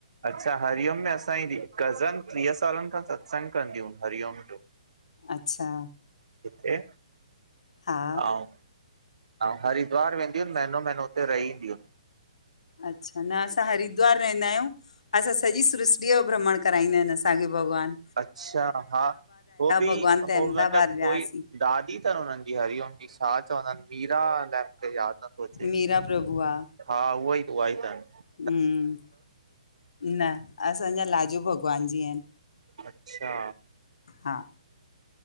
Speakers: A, on the right; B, on the left.
A: अच्छा हरिओम में असांजी कज़न ट्रीह सालन खां सत्संग कंदयु हरिओम जो
B: अच्छा
A: उते
B: हा
A: अऊं अऊं हरिद्वार वेदुयूं महीनो महीनो उते रही ईंदीयु
B: अच्छा न असां हरिद्वार रहंदा आह्युं असां सॼी सृष्टि जो भ्रमण कराईंदा आहिन असांखे भॻवान
A: अच्छा हा हो बीं
B: भॻवान त
A: होइ
B: अहमदाबाद
A: मतलब
B: वियासीं
A: कोई ॾाॾी अथन हुननि जी हरिओम छा चवंदा आहिन मीरा अलाए मुखे याद न तो अच्चे
B: मीरा प्रभु आ
A: हा उहो ई उहा ई त
B: हुम्म न असांजा लाजू भॻवानु जी आहिन
A: अच्छा
B: हा